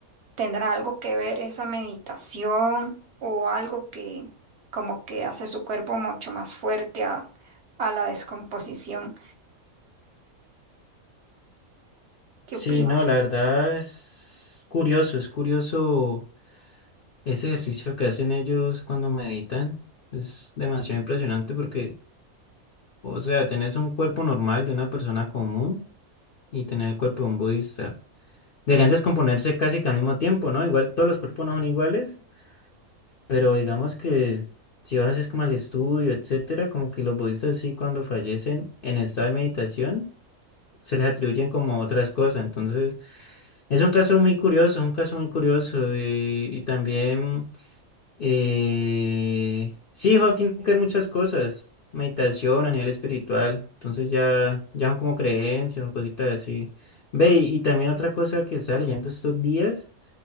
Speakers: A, on the right; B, on the left.
A: tendrá algo que ver esa meditación o algo que como que hace su cuerpo mucho más fuerte a, a la descomposición. ¿Qué
B: Sí,
A: opinas?
B: no, la verdad es curioso, es curioso ese ejercicio que hacen ellos cuando meditan. Es demasiado impresionante porque, o sea, tenés un cuerpo normal de una persona común y tener el cuerpo de un budista. Deberían descomponerse casi que al mismo tiempo, ¿no? Igual todos los cuerpos no son iguales. Pero digamos que si vas es como al estudio, etcétera, como que los budistas sí cuando fallecen en estado de meditación se les atribuyen como otras cosas. Entonces, es un caso muy curioso, un caso muy curioso y, y también eh, sí, jo, tiene que ver muchas cosas, meditación a nivel espiritual, entonces ya, ya son como creencias o cositas así. Ve, y y también otra cosa que estaba leyendo estos días